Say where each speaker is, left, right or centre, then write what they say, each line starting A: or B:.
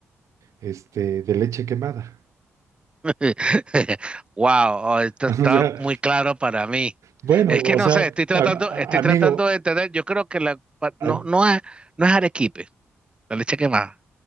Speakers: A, on the right; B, on the right.
A: este, de leche quemada. <laughs>
B: <laughs> Wow, esto
A: O
B: está
A: sea,
B: muy claro para mí.
A: bueno,
B: Es que
A: o
B: no
A: sea,
B: sé, estoy tratando,
A: a- a-
B: estoy
A: amigo,
B: tratando de entender. Yo creo que la pa- no,
A: a-
B: no es, no es arequipe, la leche quemada.